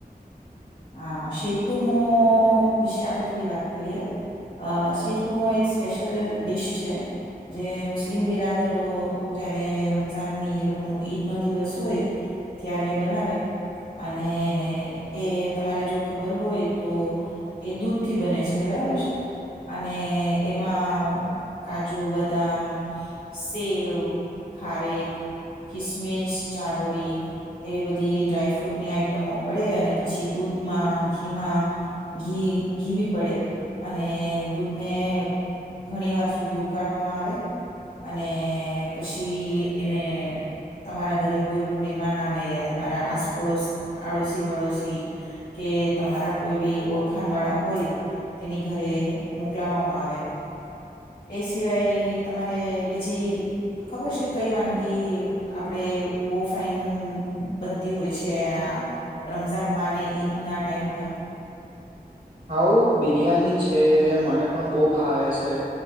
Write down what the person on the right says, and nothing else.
હઉું બિરિયાની છે જે મને પણ બો ભાવે છે.